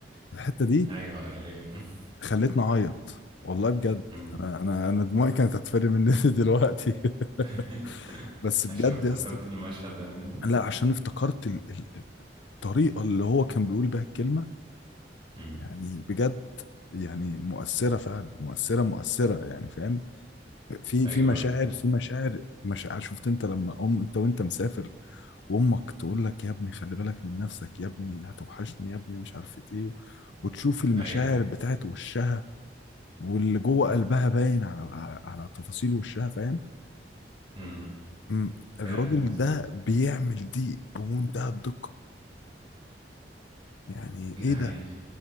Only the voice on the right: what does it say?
ايوه ايوه <laughs>
مم.
<laughs>
عشان افتكرت
المشهد ده منه
مم.
ايوه
ايوه
ايوه
مم.
فاهم قصدك
ده
حقيقي